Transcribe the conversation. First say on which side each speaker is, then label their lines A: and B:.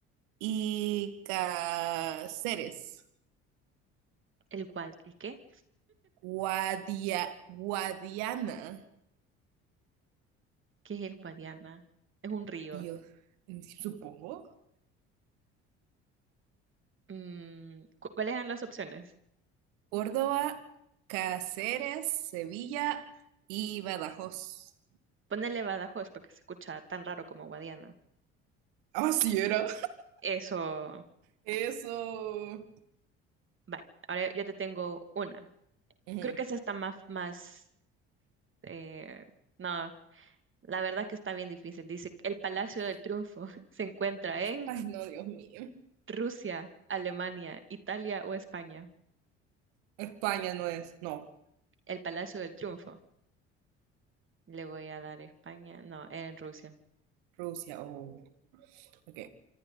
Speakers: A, on the right; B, on the right.
A: y Cáceres.
B: El cual, ¿y qué?
A: Guadia- Guadiana.
B: ¿Qué es el Guadiana? Es un río.
A: Dios, supongo.
B: Mm, cu- ¿cuáles eran las opciones?
A: Córdoba, Cáceres, Sevilla y Badajoz.
B: Ponele Badajoz porque se escucha tan raro como Guadiana.
A: Ah, sí era.
B: Eso,
A: Eso.
B: va. Ahora yo te tengo una.
A: Ujú.
B: Creo que esa está más, más Eh, no, la verdad que está bien difícil. Dice, el Palacio del Triunfo <laughs> se encuentra en
A: Ay, no, Dios mío.
B: Rusia, Alemania, Italia o España.
A: España no es, no,
B: El Palacio del Triunfo. Le voy a dar España. No, era en Rusia.
A: Rusia, oh, ok.